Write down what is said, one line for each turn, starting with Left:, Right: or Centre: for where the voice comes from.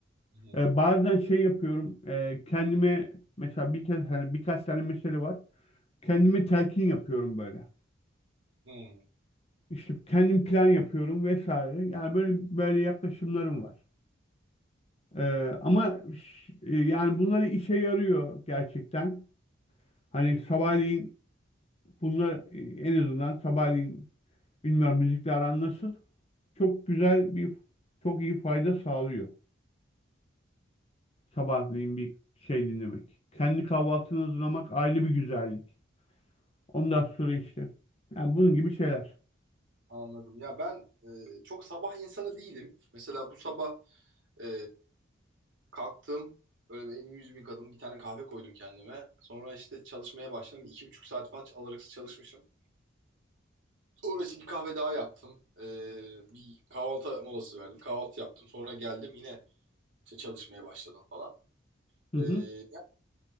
Right: Hı hı.
Left: E, bazen şey yapıyorum, e, kendime mesela bir kez, hani birkaç tane mesele var. Kendime telkin yapıyorum böyle.
Right: Hı.
Left: İşte kendim plan yapıyorum vesaire. Yani böyle böyle yaklaşımlarım var. Ee, ama e, yani bunları işe yarıyor gerçekten. Hani sabahleyin bunlar e, en azından sabahleyin bilmiyorum müzikle aran nasıl. Çok güzel bir çok iyi fayda sağlıyor. Sabahleyin bir şey dinlemek. Kendi kahvaltını hazırlamak ayrı bir güzellik. Ondan sonra işte. Yani bunun gibi şeyler.
Right: Anladım. Ya ben e, çok sabah insanı değilim. Mesela bu sabah e, kalktım, böyle bir elimi yüzümü yıkadım, bir tane kahve koydum kendime. Sonra işte çalışmaya başladım. Bir İki buçuk saat falan alırsız çalışmışım. Sonra işte bir kahve daha yaptım. Ee, bir kahvaltı molası verdim. Kahvaltı yaptım. Sonra geldim yine işte çalışmaya başladım falan.
Left: Hı
Right: Ee,
Left: hı.
Right: yani